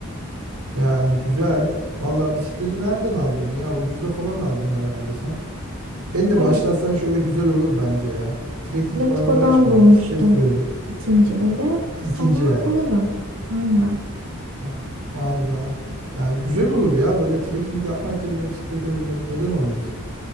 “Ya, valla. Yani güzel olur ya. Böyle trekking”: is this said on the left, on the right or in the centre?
Right